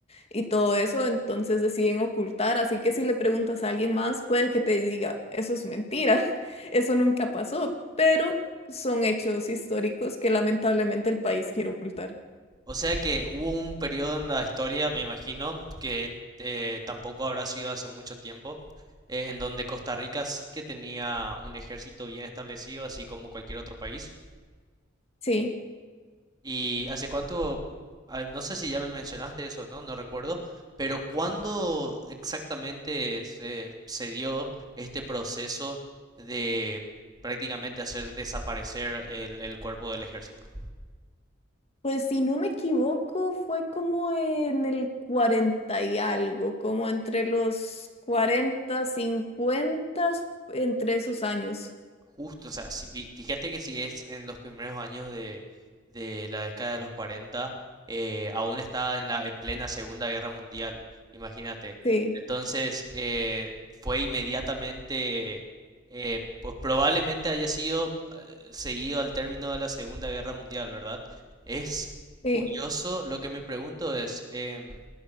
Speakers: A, on the left (about 30°); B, on the right (about 20°).
A: y todo eso. Entonces deciden ocultar. Así que si le preguntas a alguien más, puede que te diga, eso es mentira, <laughs> eso nunca pasó, pero son hechos históricos que lamentablemente el país quiere ocultar.
B: O sea que hubo un periodo en la historia, me imagino, que eh, tampoco habrá sido hace mucho tiempo, eh, en donde Costa Rica sí que tenía un ejército bien establecido, así como cualquier otro país.
A: Sí.
B: ¿Y hace cuánto? ah, No sé si ya me mencionaste eso, ¿no? No recuerdo, pero ¿cuándo exactamente se, se dio este proceso de prácticamente hacer desaparecer el el cuerpo del ejército?
A: Pues si no me equivoco, fue como en el 40 y algo, como entre los 40, 50, entre esos años.
B: Justo, o sea, si vi- fíjate que si es en los primeros años de, de la década de los 40, eh, aún está en la, en plena Segunda Guerra Mundial, imagínate.
A: Sí,
B: Entonces, eh, fue inmediatamente, eh, pues probablemente haya sido eh, seguido al término de la Segunda Guerra Mundial, ¿verdad? Es
A: sí.
B: curioso, lo que me pregunto es, em,